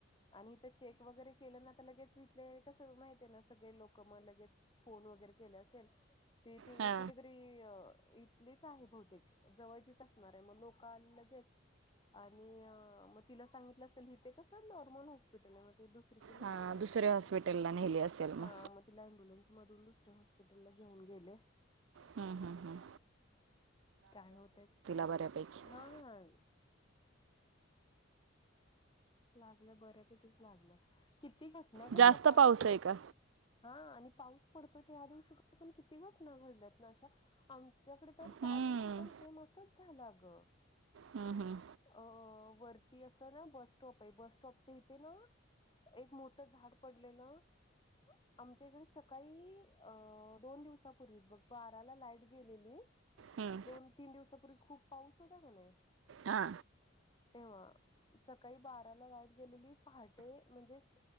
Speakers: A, on the left; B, on the right.
A: आणि इथं चेक वगैरे केलं ना आता लगेच इथले कसं माहित आहे ना सगळे लोकं मग लगेच फोन वगैरे केले असेल ते ती
B: हा
A: कुठेतरी अ इ थलीच आहे बहूतेक जवळचीच असणार आहे मग लोकं लगेच आणि अ म तिला सांगितलं असेल इथे कसं नॉर्मल हॉस्पिटल आहे मग ते दुसरी न्यायला
B: हा
A: सांगितलं
B: दुसऱ्या
A: तिला,
B: हॉस्पिटलला नेली असेल
A: हा
B: मग
A: मगं तिला ऍम्ब्युलन्स मधून दुसऱ्या हॉस्पिटलला घेऊन गेले.
B: हम् हम् हम
A: काय होतय काय माहिती,
B: बऱ्यापैकी
A: हा. लागलं बऱ्यापैकीच लागल अस किती घटना घडल्या
B: जास्त
A: पाऊस
B: आहे का
A: हा आणि पाऊस पडतोय त्या दिवशी पासून किती घटना घडल्यात ना अशा. आमच्याकडे तर त्या
B: हम्म,
A: दिवशी पण सेम असंच झालं आगं.
B: हमं हम.
A: अ वरती असं ना बस बस स्टॉपच्या इथे ना एक मोठ झाड पडलेलं. आमच्या इकडे सकाळी अ दोन दिवसापूर्वीच बघ बाराला लाईट गेलेली.
B: हम्म.
A: दोन तीन दिवसापूर्वी खूप पाऊस होता क नाय?
B: हा
A: तेव्हा, सकाळी बाराला लाईट गेलेली पहाटे म्हणजेच